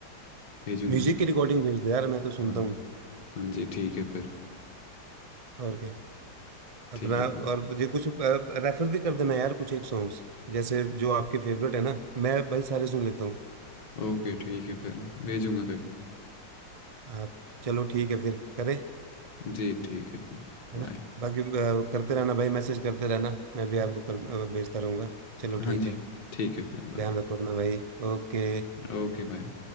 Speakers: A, on the left; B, on the right.
A: भेजूंगा
B: म्यूजिक की रिकॉर्डिंग भेज दो यार मैं तो सुनता
A: हाँ
B: हूँ
A: हाँ जी ठीक है फिर
B: और क्या अपना
A: ठीक है फिर
B: और मुझे कुछ रेफर भी कर देना यार कुछ एक सॉन्ग्स जैसे जो आपके फेवरेट है ना मैं भाई सारे सुन लेता हूँ
A: ओके ठीक है फिर भेजूंगा कभी
B: आप चलो ठीक है फिर करें
A: जी ठीक है फिर
B: है
A: बाय
B: ना बाकी अ, करते रहना भाई मैसेज करते रहना मैं भी
A: हाँ
B: आपको कर, अ, भेजता रहूंगा चलो
A: हाँ
B: ठीक
A: जी
B: है
A: ठीक है फिर बाय
B: ध्यान रखो अपना भाई ओके
A: Okay bye